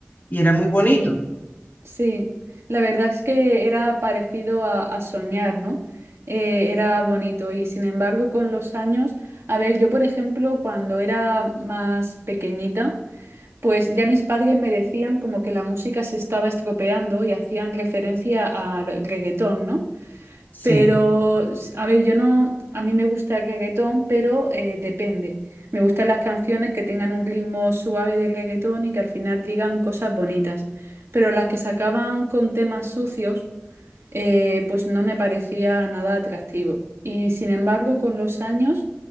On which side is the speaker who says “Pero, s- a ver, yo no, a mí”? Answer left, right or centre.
Right